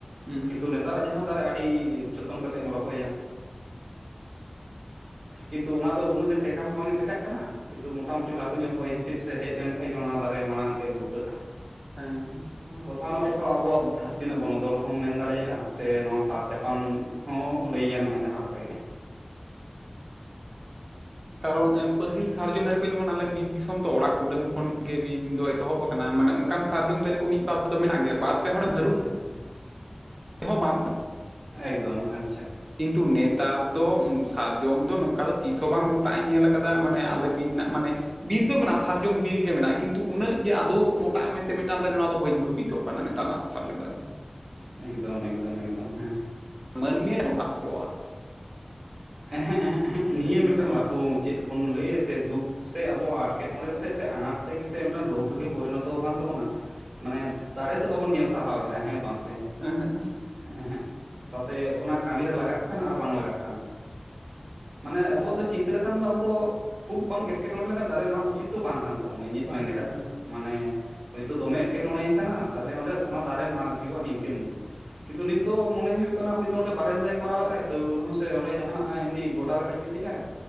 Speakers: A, on the right; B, on the right.
A: ᱦᱮᱸ
B: ᱠᱤᱱᱛᱩ ᱱᱮᱛᱟᱨᱟᱜ ᱡᱟᱦᱟᱸ ᱫᱟᱨᱮ ᱟᱹᱰᱤ ᱡᱚᱛᱚᱱ ᱠᱟᱛᱮᱜ ᱮᱢ ᱨᱚᱦᱚᱭᱟᱢ᱾ ᱠᱤᱱᱛᱩ ᱚᱱᱟ ᱫᱚ ᱩᱱᱟᱹᱜ ᱫᱤᱱ ᱴᱮᱠᱟ ᱦᱚᱸ ᱵᱟᱝ ᱴᱮᱠᱟᱜ ᱠᱟᱱᱟ᱾ ᱠᱤᱱᱛᱩ ᱢᱚᱴᱟᱢᱚᱴᱤ ᱞᱟᱹᱴᱩ ᱧᱚᱜ ᱦᱚᱭ ᱦᱤᱸᱥᱤᱫ ᱥᱮ ᱦᱮᱡ ᱞᱮᱱ ᱠᱷᱟᱡ ᱜᱮ ᱚᱱᱟ ᱫᱟᱨᱮ ᱢᱟᱲᱟᱝ ᱛᱮ ᱜᱳᱞᱴᱟᱹᱜᱼᱟ᱾
A: ᱦᱮᱸ᱾
B: ᱠᱚ ᱛᱷᱟᱣᱱᱟ ᱠᱚ ᱥᱟᱶ ᱟᱵᱚᱣᱟᱜ ᱫᱷᱟᱹᱨᱛᱤ ᱨᱮᱱᱟᱜ ᱵᱚᱱᱚᱫᱚᱞ ᱦᱚᱢ ᱢᱮᱱ ᱫᱟᱲᱮᱭᱟᱜᱼᱟ ᱥᱮ ᱱᱚᱶᱟ ᱥᱟᱨ ᱪᱟᱯᱟᱱ ᱦᱚᱸ ᱞᱟᱹᱭ ᱜᱟᱱᱚᱜᱼᱟ ᱡᱟᱦᱟᱸ ᱞᱮᱠᱟ ᱜᱮ᱾
A: ᱠᱟᱨᱚᱱ ᱯᱟᱹᱦᱤᱞ ᱥᱟᱨᱡᱚᱢ ᱫᱟᱨᱮ ᱠᱚ ᱡᱮᱢᱚᱱ ᱟᱞᱮ ᱵᱤᱨ ᱫᱤᱥᱚᱢ <unintelligible> ᱛᱚ ᱚᱲᱟᱜ ᱠᱩᱰᱟᱹᱢ ᱠᱷᱚᱱᱜ ᱜᱮ ᱵᱤᱫ ᱫᱚ ᱮᱛᱚᱦᱚᱵ ᱟᱠᱟᱱᱟ ᱢᱟᱱᱮ ᱚᱱᱠᱟᱱ ᱥᱟᱨᱡᱚᱢ ᱫᱟᱨᱮ ᱠᱚ ᱢᱤᱫ ᱵᱟᱨ ᱫᱚ ᱢᱮᱱᱟᱜ ᱜᱮᱭᱟ ᱵᱟᱨ ᱯᱮ ᱦᱚᱲᱮᱢ ᱦᱟᱹᱨᱩᱵ
B: ᱟᱪᱷᱟ ᱟᱪᱷᱟ᱾
A: ᱛᱮᱦᱚᱸ ᱵᱟᱢ
B: ᱮᱠᱫᱚᱢ ᱟᱪ
A: ᱠᱤᱱᱛᱩ ᱱᱮᱛ ᱛᱟᱨ ᱫᱚ ᱥᱟᱨᱡᱚᱢ ᱫᱚ ᱱᱚᱝᱠᱟ ᱫᱚ ᱛᱤᱥ ᱦᱚᱸ ᱵᱟᱝ ᱢᱚᱴᱟᱜ ᱤᱧ ᱧᱮᱞ ᱟᱠᱟᱫᱟ ᱢᱟᱱᱮ ᱟᱞᱮ ᱵᱤᱨ ᱨᱮᱱᱟᱜ ᱢᱟᱱᱮ ᱵᱤᱨ ᱫᱚ ᱢᱮᱱᱟᱜᱼᱟ ᱥᱟᱨᱡᱚᱢ ᱵᱤᱨ ᱜᱮ ᱢᱮᱱᱟᱜᱼᱟ ᱠᱤᱱᱛᱩ ᱩᱱᱟᱹᱜ ᱡᱮ ᱟᱫᱚ ᱢᱚᱴᱟᱜ ᱢᱮᱱᱛᱮ ᱢᱤᱫᱴᱟᱝ ᱫᱟᱨᱮ ᱱᱚᱣᱟ ᱫᱚ ᱵᱟᱹᱧ ᱵᱷᱟᱹᱵᱤᱛᱚᱜ ᱠᱟᱱᱟ ᱱᱮᱛᱟᱨ ᱱᱟ ᱥᱟᱨᱡᱚᱢ ᱫᱟᱨᱮ᱾
B: ᱮᱠᱫᱚᱢ ᱮᱠᱫᱚᱢ ᱮᱠᱫᱚᱢ ᱦᱮᱸ᱾
A: ᱢᱟᱹᱱᱢᱤᱭᱮ ᱢᱚᱴᱟ ᱦᱚᱪᱚᱣᱟᱜᱼᱟ?
B: ᱮᱸᱦᱮᱸᱜ ᱮᱸᱦᱮᱸᱜ ᱮᱸᱦᱮᱸᱜ ᱱᱤᱭᱟᱹ ᱢᱤᱫᱴᱟᱝ ᱞᱟᱴᱩ ᱢᱩᱪᱟᱹᱫ ᱨᱮ ᱵᱚᱱ ᱞᱟᱹᱭᱟ ᱥᱮ ᱫᱩᱠ ᱥᱮ ᱟᱵᱚᱣᱟᱜ ᱮᱴᱠᱮᱴᱚᱬᱮ ᱥᱮ ᱥᱮ ᱟᱱᱟᱴ ᱛᱮᱜᱮ ᱥᱮ ᱢᱤᱫᱴᱟᱱ ᱨᱚᱜᱽ ᱨᱮᱜᱮ ᱯᱚᱨᱤᱱᱚᱛᱚ ᱟᱠᱟᱱ ᱛᱟᱵᱚᱱᱟ? ᱢᱟᱱᱮ ᱫᱟᱨᱮ ᱫᱚ ᱵᱟᱵᱚᱱ ᱧᱮᱞ ᱥᱟᱦᱟᱣᱮᱫᱼᱟ ᱦᱮᱸ ᱵᱟᱝ ᱥᱮ?
A: ᱩᱸᱦᱩᱸᱜ᱾
B: ᱩᱸᱦᱩᱸᱜ ᱛᱟᱛᱮ ᱚᱱᱟ ᱠᱟᱹᱢᱤᱨᱮ ᱞᱟᱜᱟᱜ ᱠᱟᱱ ᱟᱨ ᱵᱟᱝ ᱞᱟᱜᱟᱜ ᱠᱟᱱ᱾ ᱢᱟᱱᱮ ᱟᱵᱚᱣᱟᱜ ᱫᱚ ᱪᱤᱱᱛᱟᱹ ᱞᱮᱠᱷᱟᱱ ᱫᱚ ᱟᱵᱚ ᱫᱚ ᱠᱷᱩᱵᱽ ᱵᱟᱝ ᱮᱴᱠᱮᱴᱚᱬᱮ ᱞᱮᱠᱷᱟᱱ ᱫᱟᱨᱮ ᱢᱟᱜ ᱩᱪᱤᱛ ᱫᱚ ᱵᱟᱝ ᱠᱟᱱ ᱛᱟᱵᱚᱱᱟ ᱤᱧᱟᱹᱜ
A: ᱵᱟᱝ
B: ᱢᱮᱱ ᱞᱮᱠᱟᱛᱮ
A: ᱠᱟᱱᱟ ᱦᱮᱸ
B: ᱫᱚ ᱢᱟᱱᱮ ᱦᱳᱭᱛᱳ ᱫᱚᱢᱮ ᱮᱴᱠᱮᱴᱚᱬᱮ ᱟᱠᱟᱱᱟ ᱛᱟᱦᱞᱮ ᱚᱸᱰᱮ ᱥᱚᱱᱟ ᱫᱟᱨᱮ ᱢᱟᱜᱽ ᱦᱩᱭᱩᱜᱼᱟ ᱱᱤᱝᱠᱟᱹᱱ ᱠᱤᱱᱛᱩ ᱱᱤᱛ ᱫᱚ ᱢᱚᱱᱮ ᱦᱩᱭᱩᱜ ᱠᱟᱱᱟ ᱦᱚᱭᱛᱳ ᱚᱸᱰᱮ ᱵᱟᱨᱮᱱᱫᱟᱭ ᱠᱚᱨᱟᱣᱮᱫᱼᱟ ᱛᱟᱹᱣ ᱨᱮ ᱦᱚᱸ ᱥᱮ ᱚᱸᱰᱮ ᱡᱟᱦᱟᱱᱟᱜ ᱮᱢᱱᱤ ᱜᱚᱰᱟ ᱞᱮᱠᱟ ᱡᱩᱛ ᱮᱫ-ᱟᱭ᱾